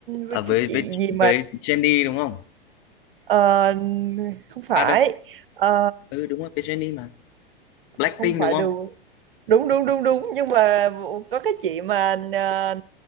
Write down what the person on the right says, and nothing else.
với
cái chị
gì
mà
ờ, không phải
ờ,
không phải
The đúng đúng đúng đúng nhưng mà có cái chị mà ờ,